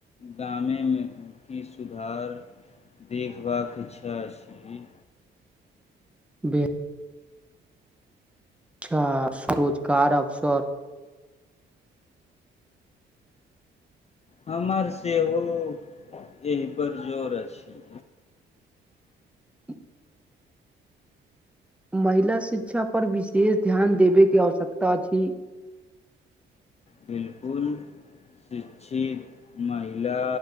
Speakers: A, on the left; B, in the centre.
A: गामेमे की सुधार देखबाक इच्छा छी।
B: बे अच्छा स्वरोजगार अवसर
A: हमर सेहो एहिपर जोर अछि
B: <inaudible> महिला शिक्षा पर विशेष ध्यान देबेके आवश्यकता अछि
A: बिलकुल शिक्षित महिला